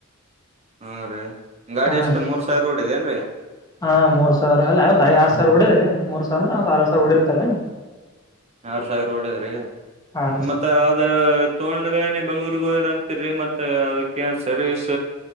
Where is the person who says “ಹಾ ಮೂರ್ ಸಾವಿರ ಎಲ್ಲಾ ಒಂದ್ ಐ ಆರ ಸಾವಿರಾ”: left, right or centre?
Left